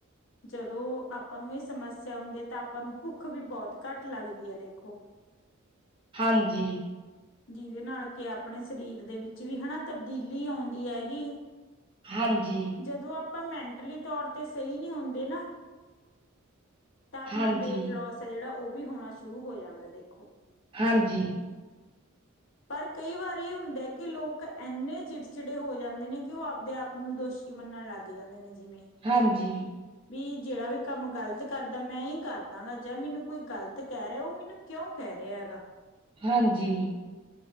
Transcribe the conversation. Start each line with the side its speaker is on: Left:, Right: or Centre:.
Left: ਜਦੋਂ ਆਪਾਂ ਨੂੰ ਇਹ ਸਮੱਸਿਆ ਹੁੰਦੀ ਹੈ ਤਾਂ ਆਪਾਂ ਨੂੰ ਭੁੱਖ ਵੀ ਬਹੁਤ ਘੱਟ ਲੱਗਦੀ ਹੈ ਦੇਖੋ
Right: ਹਾਂਜੀ।
Left: ਜਿਹਦੇ ਨਾਲ ਕਿ ਆਪਣੇ ਸਰੀਰ ਦੇ ਵਿੱਚ ਵੀ ਹਨਾ ਤਬਦੀਲੀ ਆਉਂਦੀ ਹੈਗੀ
Right: ਹਾਂਜੀ।
Left: ਜਦੋਂ ਆਪਾਂ ਮੈਂਟਲੀ ਤੌਰ ਤੇ ਸਹੀ ਨਹੀਂ ਹੁੰਦੇ ਨਾ, ਤਾਂ ਆਪਣਾ
Right: ਹਾਂਜੀ
Left: ਵੇਟ ਲੋਸ ਐ ਜਿਹੜਾ ਉਹ ਵੀ ਹੋਣਾ ਸ਼ੁਰੂ ਹੋ ਜਾਂਦਾ ਦੇਖੋ।
Right: ਹਾਂਜੀ।
Left: ਪਰ ਕਈ ਵਾਰ ਇਹ ਹੁੰਦਾ ਕਿ ਲੋਕ ਇੰਨੇ ਚਿੜਚਿੜੇ ਹੋ ਜਾਂਦੇ ਨੇ, ਕਿ ਉਹ ਆਪਦੇ ਆਪ ਓਨੂੰ ਦੋਸ਼ੀ ਮੰਨਣ ਲੱਗ ਜਾਂਦੇ ਨੇ ਜਿਵੇਂ
Right: ਹਾਂਜੀ।
Left: ਵੀ ਜੇੜਾ ਵੀ ਕੰਮ ਗ਼ਲਤ ਕਰਦਾ, ਮੈਂ ਈ ਕਾਰਦਾ ਹ ਜਾਂ ਮੈਨੂੰ ਕੋਈ ਗ਼ਲਤ ਕੈ ਰੇਆ, ਓ ਮੈਨੂੰ ਕਯੋਂ ਕੈ ਰੇਆ ਏਗਾ
Right: ਹਾਂਜੀ।